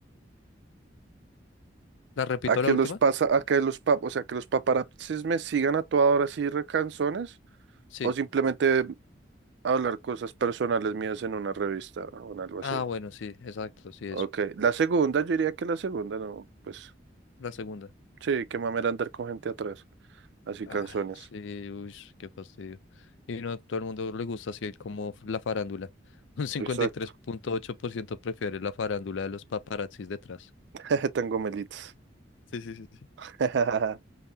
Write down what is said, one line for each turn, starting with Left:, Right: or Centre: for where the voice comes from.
Left: ¿La repito
Right: A que
Left: la última?
Right: los pasa, a que los pap, o sea, que los paparazzis me sigan a toda hora así recanzones,
Left: Sí.
Right: o simplemente hablar cosas personales mías en una revista o en algo así.
Left: Ah, bueno, sí, exacto, sí, eso.
Right: Ok, la segunda, yo diría que la segunda no, pues
Left: La segunda.
Right: Sí, qué mamera andar con gente atrás. Así
Left: Ah,
Right: canciones.
Left: sí, uy, qué fastidio. Y no a todo el mundo le gusta así como la farándula. <laughs> Un cincuenta
Right: Exacto.
Left: y tres punto ocho por ciento prefiere la farándula de los paparazzis detrás.
Right: <laughs> Tan gomelitos.
Left: Sí, sí, sí, sí.
Right: <laughs>